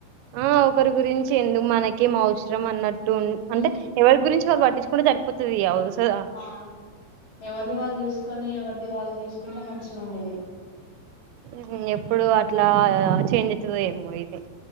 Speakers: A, on the right (about 85°); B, on the left (about 40°).
A: ఆ ఒకరి గురించి ఎందుకు మనకిేం అవసరం అన్నట్టు
B: ఉమ్
A: అంటే ఎవరి గురించి వాళ్ళు పట్టించుకుంటే సరిపోతది ఇయా అవసద
B: అవును ఎవరిది వాళ్ళు చూసుకొని ఎవరిది వాళ్ళు చూసుకుంటే మంచిగా ఉండేది
A: హ్మ్ ఎప్పుడు అట్లా చేంజ్ అయితదేమో ఇది